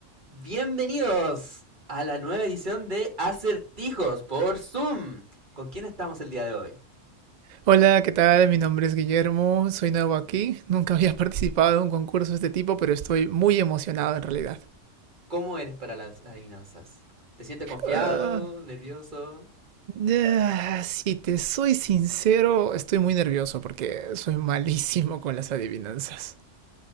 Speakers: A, on the right; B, on the right.
A: Bienvenidos a la nueva edición de Acertijos por Zoom. ¿Con quién estamos el día de hoy?
B: Hola, ¿qué tal? Mi nombre es Guillermo, soy nuevo aquí. Nunca había <laughs> participado en un concurso de este tipo, pero estoy muy emocionado en realidad.
A: ¿Cómo eres para las adivinanzas? ¿Te sientes confiado,
B: Ah,
A: nervioso?
B: ah, si te soy sincero, estoy muy nervioso porque soy malísimo con las adivinanzas.